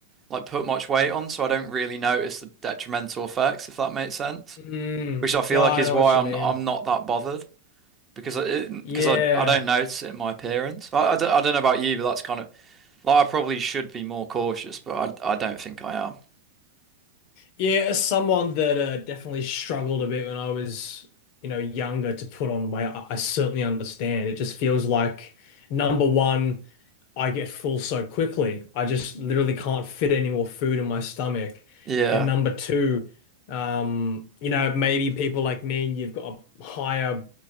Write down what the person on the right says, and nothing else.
like put much weight on, so I don't really notice the detrimental effects, if that makes sense.
Which I feel
like
is
why
I'm
I'm not that bothered because it
because I I don't notice it in my appearance. I, I don't, I don't know about you, but that's kind of like I probably should be more cautious, but I I don't think I am.
Yeah,